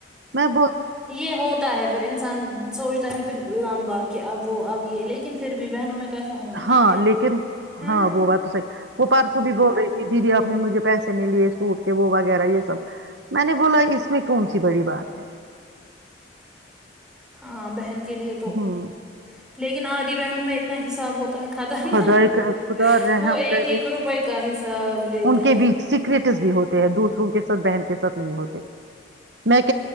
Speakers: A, on the right (about 70°); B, in the centre.
A: میں بہت
B: یہ ہوتا ہے پھر انسان سوچتا ہے پھر لمبا کہ اب وہ اب یہ لیکن پھر بھی بہنوں میں تو ایسا ہونا
A: ہاں
B: چاہیے
A: لیکن
B: ہے
A: ہاں
B: نا
A: وہ بات تو صحیح وہ پارس س بھی ب تھی دیدی
B: ہوں
A: آ نے مجھے پیسے نہیں لیے سوٹ کے وہ وغیرہ یہ سب میں نے بولا اس میں کون سی بڑی بات ہے
B: ہاں بہن کے لیے تو
A: ہوں
B: لیکن آدی بہنوں میں اتنا حساب ہوتا ہے خطرناک
A: خدا کر خدا رحم
B: وہ ایک
A: کرے
B: ایک روپئے کا حساب لیتے
A: ان کے
B: ہیں
A: بیچ سیکریٹس بھی ہوتے ہیں دوسروں کے ساتھ بہن ساتھ نہیں ہوتے میں کیا